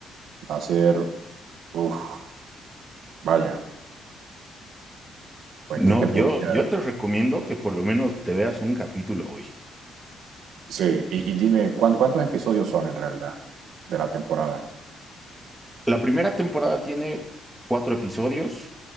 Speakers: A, on the right; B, in the centre.
A: va a ser, uff, vaya, pues
B: No,
A: qué te
B: yo,
A: podría...
B: yo te recomiendo que por lo menos te veas un capítulo hoy.
A: Sí, y, y dime, ¿cuán- ¿cuántos episodios son en realidad de la temporada?
B: La primera temporada tiene cuatro episodios,